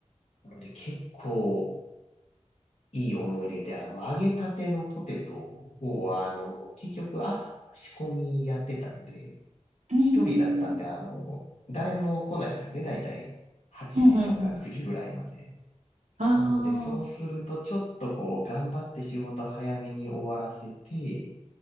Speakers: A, on the left (about 80°); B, on the right (about 80°).
A: う。なので結構、いい思い出で、あの、揚げたてのポテトを、あの、結局朝仕込みやってたんで、
B: うーん、
A: 一人だったんで、あの、誰も来ないんですよね。だいたい8時とか9時ぐらいまで。
B: うん、うん、うん。あ
A: なので、そうすると、
B: あ、
A: ちょっとこう、頑張って仕事早めに終わらせて、